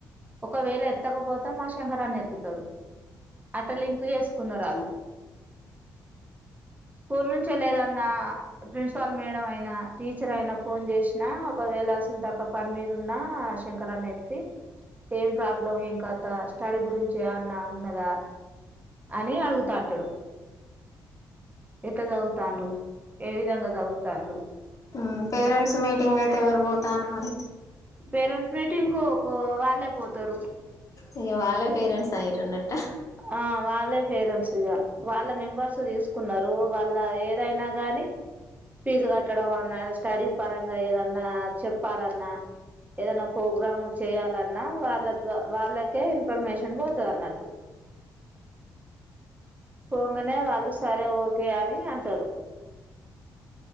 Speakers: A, on the right; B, on the left.
A: ఒకవేళ ఎత్తకపోతే మా శంకరన్ని ఎత్తుతాడు అట్టలు ఇం కు చేసుకున్నారు వాళ్ళు స్కూల్ నుంచ లేదన్న ప్రిన్సిపాల్ మేడం అయినా టీచర్ అయినా ఫోన్ చేసినా ఒకవేళ అస తక్క పని మీద ఉన్నా శంకరా అన్న ఎత్తి ఏం ప్రాబ్లం ఏం కాతా స్టడీ గురించి అన్నా ఉన్నదా అని అడుగుతాంటాడు ఎట్లా చదువుతానుర ఏ విధంగా చదువుతాను
B: ఉమ్ పేరెంట్స్ మీటింగ్ అయితే ఎవరు పోతారు మరి
A: పేరెంట్స్ మీటింగ్కు వాళ్ళే పోతారు
B: అయ్యో వాళ్ళ పేరెట్స్ అయ్యిరు అన్నట్టు
A: ఆ వాళ్ళే పేరెంట్స్ ఇగా వాళ్ళ నెంబర్స్ తీసుకున్నారు వాళ్ళ ఏదైనా కానీ ఫీజు కట్టడం అన్నా స్టడీ పరంగా ఏదన్నా చెప్పాలన్నా ఏదైనా ప్రోగ్రామ్ చేయాలన్నా వాళ్ళ ద వాళ్ళకే ఇన్ఫర్మేషన్ పోతది అన్నట్టు పొంగనే వాళ్ళు సరే ఓకే అని అంటారు